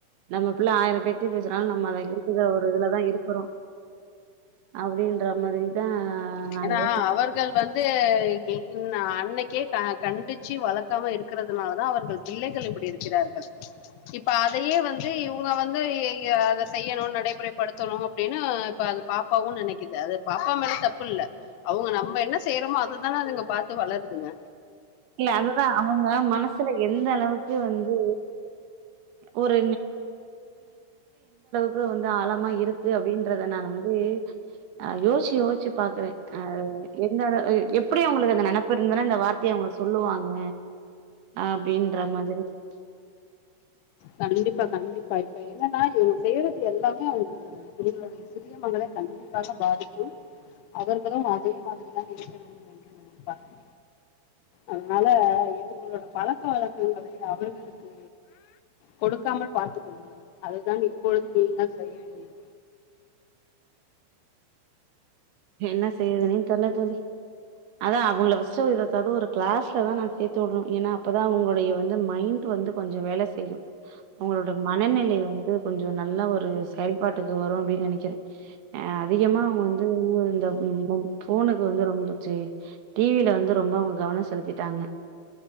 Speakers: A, on the right; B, on the left.
A: நம்ம பிள்ள ஆயிர பேச்சி பேசினாலு நம்ம அத <unintelligible> ஒரு இதுலதா இருக்குறோ அப்டின்ற மாதிரிதா நா
B: ஏன்னா
A: யோ
B: அவர்கள் வந்து இங்கி ம்ம் அன்னைக்கே கண்டிச்சு வளக்காம இருக்கிறதுனால தான் அவர்கள் பிள்ளைகள் இப்படி இருக்கிறார்கள் இப்ப அதையே வந்து இவங்க வந்து சேரி இங்க அத செய்யணு நடைமுறைப்படுத்தணு அப்டினு இப்ப அந்த பாப்பாவு நெனைக்குது அது பாப்பா மேல தப்பு தப்புல்ல அவங்க நம்ம என்ன செய்யறோமோ அதுதானே அதுங்க பாத்து வளருதுங்க
A: இல்ல அதுதா அவங்க மனசுல எந்த அளவுக்கு வந்து ஒரு இப்ப வந்து ஆழமா இருக்கு கு அப்டின்றத நால வந்து ஆ யோசிச்சு யோசிச்சு பாக்குறே அ என்னடா எப் எப்டி அவங்களுக்கு அந்த நெனப்பு இருந்தா இந்த வார்த்தய அவங்க சொல்லுவாங்க அப்டின்ற மாதிரி
B: கண்டிப்பா கண்டிப்பா இப்ப என்னன்னா இவங்க செய்றது எல்லாமே அவங்க உங்களுடைய சிறிய மகள கண்டிப்பாக பாதிக்கும் அவர்களு அதே மாதிரிதா இருக்க வேண்டும் என்று நினைப்பார்கள் அதனால இவங்களோட பழக்க வழக்கங்களை அவர்களுக்கு கொடுக்காமல் பார்த்துக் கொள்ளுங்கள் அதுதான் இப்பொழுது நீங்க செய்ய வேண்டியது
A: என்ன செய்ரதுனே தெரில தோழி அதா அவங்கள ஃபர்ஸ்ட்டு ஒரு ஏதாவது ஒரு கிளாஸ்ல தா நான் சேர்த்து விடணும் ஏன்னா அப்பதான் அவங்களுடைய வந்து மைண்ட் வந்து கொஞ்சம் வேல செய்யும் அவர்களுடய மனநிலை
B: ம்
A: வந்து கொஞ்சம் நல்லா ஒரு செயல்பாட்டுக்கு வரும் அப்படினு நெனக்கிறே அ அதிகமா அவங்க வந்து இந்த இந்த போனுக்கு வந்து ரொம்ப சரி டிவில வந்து ரொம்ப அவங்க கவனம் செலுத்திட்டாங்க